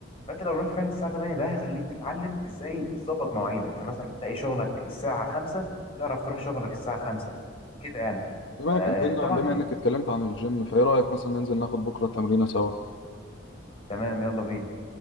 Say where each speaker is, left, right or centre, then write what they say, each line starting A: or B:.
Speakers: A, on the left; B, on the left.
A: فانت لو رحت فعلا الساعه 8 ده هيخليك تتعلم ازاي تظبط مواعيدك فمثلا تلاقي شغلك الساعه 5 تعرف تروح شغلك الساعه 5 كده يعني
B: بما
A: فطبعا
B: بما بما إنك اتكلمت عن الجيم فإيه رأيك مثلا ننزل ناخد بكرة تمرينة سوا
A: تمام يلا بينا